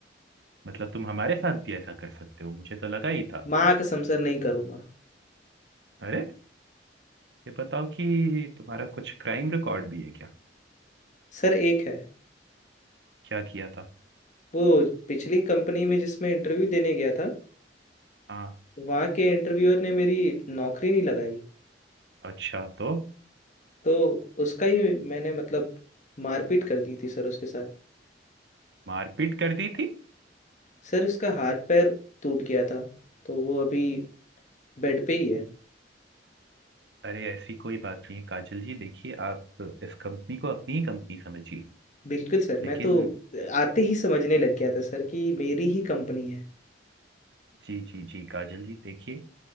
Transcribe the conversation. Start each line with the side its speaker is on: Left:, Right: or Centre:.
Right: मतलब तुम हमारे साथ भी ऐसा कर सकते हो मुझे तो लगा ही था
Left: माँ कसम सर नहीं करूंगा
Right: अरे ये बताओ कि तुम्हारा कुछ क्राइम रिकॉर्ड भी है क्या
Left: सर एक है
Right: क्या किया था
Left: वो पिछली कंपनी में जिसमें इंटरव्यू देने गया था
Right: हाँ
Left: वहाँ के इंटरव्यूअर ने मेरी नौकरी नहीं लगाई
Right: अच्छा तो
Left: तो उसका ही मैंने मतलब मारपीट कर दी थी सर उसके साथ
Right: मारपीट कर दी थी
Left: सर उसका हाथ पैर टूट गया था तो वो अभी बेड पे ही है
Right: अरे ऐसी कोई बात नहीं है काजल जी देखिए आप इस कंपनी को अपनी ही कंपनी समझिए
Left: बिल्कुल सर
Right: लेकिन
Left: मैं तो आते ही समझने लग गया था सर कि मेरी ही कंपनी है
Right: जी जी जी काजल जी देखिए